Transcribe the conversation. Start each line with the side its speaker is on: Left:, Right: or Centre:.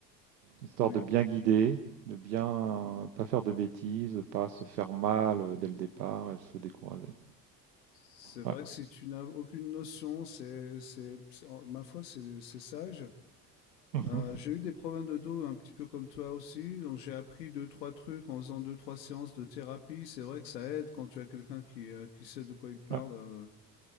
Right: histoire
Left: Oui.
Right: de bien guider, de bien pas faire de bêtises, de pas se faire mal euh, dès le départ et se décourager.
Left: C'est vrai
Right: Ouais.
Left: que si tu n'as aucune notion, c'est, c'est, c'est- en- ma foi, c'est c'est sage.
Right: Mhm.
Left: Euh, j'ai eu des problèmes de dos un petit peu comme toi aussi, donc j'ai appris deux, trois trucs en faisant deux, trois séances de thérapie. C'est vrai que ça aide quand tu as quelqu'un qui, euh, qui sait de quoi il parle.
Right: Ouais.
Left: euh.